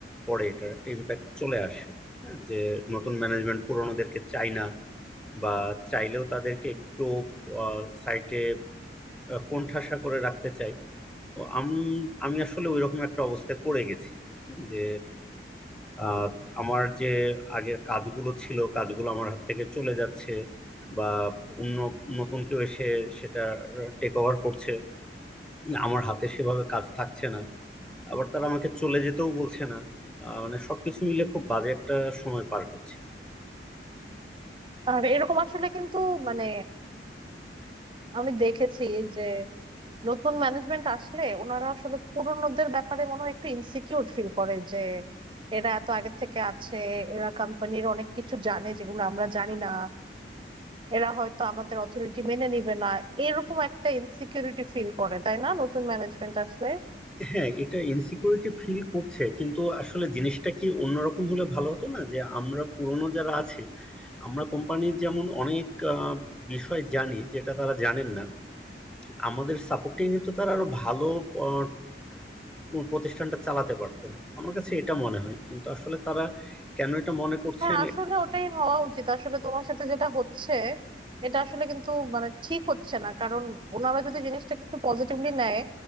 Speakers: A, in the centre; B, on the right (about 25°).
A: পড়ে এটার একটা ইম্প্যাক্ট চলে আসে হ্যাঁ যে নতুন ম্যানেজমেন্ট পুরনোদেরকে চায় না বা চাইলেও তাদেরকে একটু সাইটে কোণঠাসা করে রাখতে চায় তো আমি আমি আসলে ওইরকম একটা অবস্থায় পড়ে গেছি হ্যাঁ, যে আহ, আমার যে আগের কাজগুলো ছিল কাজগুলো আমার হাত থেকে চলে যাচ্ছে বা অন্য নতুন কেউ এসে সেটা টেক ওভার করছে আমার হাতে সেভাবে কাজ থাকছে না আবার তারা আমাকে চলে যেতেও বলছে না আহ, মানে সবকিছু মিলে খুব বাজে একটা সময় পার করছে
B: আর এরকম আসলে কিন্তু মানে আমি দেখেছি যে নতুন ম্যানেজমেন্ট আসলে ওনারা আসলে পুরোনোদের ব্যাপারে মনে হয় একটু ইনসিকিউর ফিল করে যে এরা এত আগে থেকে আছে এরা কোম্পানির অনেক কিছু জানে যেগুলো আমরা জানি না এরা হয়তো আমাদের অথরিটি মেনে নিবে না এরকম একটা ইনসিকিউরিটি ফিল করে তাই না নতুন ম্যানেজমেন্ট আসলে
A: হ্যাঁ এটা ইনসিকিউরিটি ফিল করছে কিন্তু আসলে জিনিসটা কি অন্যরকম হলে ভালো হতো না যে আমরা পুরনো যারা আছে আমরা কোম্পানির যেমন অনেক আহ, বিষয় জানি যেটা তারা জানেন না আমাদের সাপোর্টিং তো তারা আরো ভালো আহ, টু- প্রতিষ্ঠানটা চালাতে পারতেন আমার কাছে এটা মনে হয় কিন্তু আসলে তারা কেন এটা মনে করছেন
B: হ্যাঁ আসলে
A: এটা জানি
B: ওটাই
A: না।
B: হওয়া উচিত আসলে তোমার সাথে যেটা হচ্ছে এটা আসলে কিন্তু মানে ঠিক হচ্ছে না কারণ ওনারা যদি জিনিসটা একটু পজিটিভলি নেয়